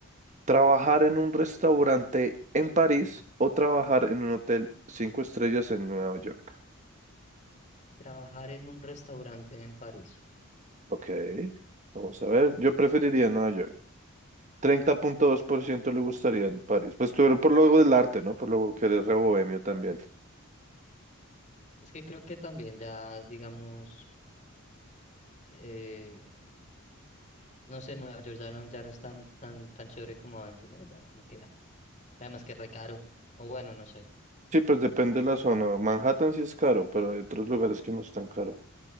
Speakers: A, on the right (about 35°); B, on the left (about 35°).
A: ¿Trabajar en un restaurante en París o trabajar en un hotel cinco estrellas en Nueva York?
B: Trabajar en un restaurante en París.
A: Ok, vamos a ver. Yo preferiría Nueva York. Treinta punto dos por ciento le gustaría en París. Pues tú eres por lo del arte, ¿no? Por lo que eres re bohemio también.
B: Es que creo que también ya, digamos, eh, no sé, Nueva York ya no, ya no es tan, tan, tan chévere como antes, ¿no? Ya como que ya. Además que re caro. O bueno, no sé.
A: Sí, pues depende de la zona. Manhattan sí es caro, pero hay otros lugares que no es tan caro.